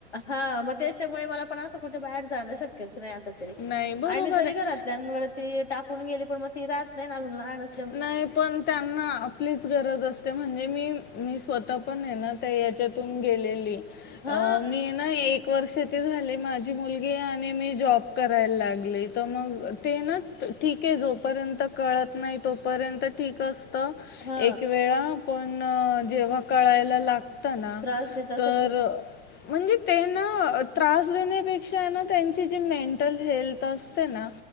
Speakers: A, on the left; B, on the left.
A: हा मग त्याच्यामुळे मला पण असं कुठे बाहेर जाणं शक्यच नाही आता तरी
B: नाही बरोबर
A: आणि जरी
B: आहे
A: घरात आपवरती टाकून गेली पण मग ती राहत नाही ना अजून लहानच
B: नाही. पण त्यांना आपलीच गरज असते म्हणजे मी मी स्वतः पण आहे ना त्या याच्यात गेलेली.
A: हा
B: मी ना एक एक वर्षाची झाली माझी मुलगी आणि मी जॉब करायला लागली. तर मग ते ना ठीक आहे जोपर्यंत कळत नाही. तोपर्यंत ठीक असत
A: हा
B: एक वेळा. पण जेव्हा कळायला लाग असना
A: त्रास देत असेल
B: तर.
A: खूप
B: म्हणजे त्यांना त्रास देण्यापेक्षा ना त्यांची जी मेंटल हेल्थ असते ना